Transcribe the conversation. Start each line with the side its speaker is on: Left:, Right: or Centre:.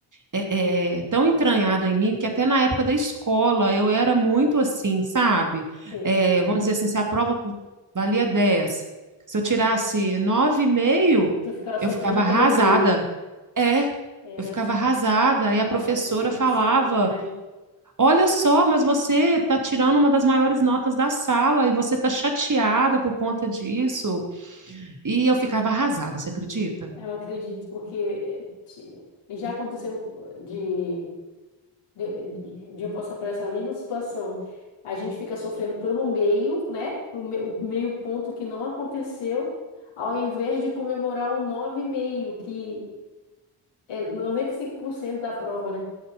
Right: é, é, tão entranhado em mim que até na época da escola eu era muito assim, sabe?
Left: Entende?
Right: É, vamos dizer assim, se a prova cu- valia 10, se eu tirasse nove e meio,
Left: Tu ficava sofrendo
Right: eu ficava arrasada.
Left: pelo meio.
Right: É,
Left: Era.
Right: eu ficava
Left: assim.
Right: arrasada. E
Left: Ai,
Right: a professora
Left: menina,
Right: falava:
Left: eu sei como é.
Right: Olha só, mas você está tirando uma das maiores notas da sala e você está chateada por conta disso. E eu ficava arrasada, você acredita?
Left: Eu acredito, porque eh, já aconteceu de de, de eu passar por essa mesma situação. A gente fica sofrendo pelo meio, né? O, me- o meio ponto que não aconteceu, ao invés de comemorar o nove e meio que é 95% da prova, né?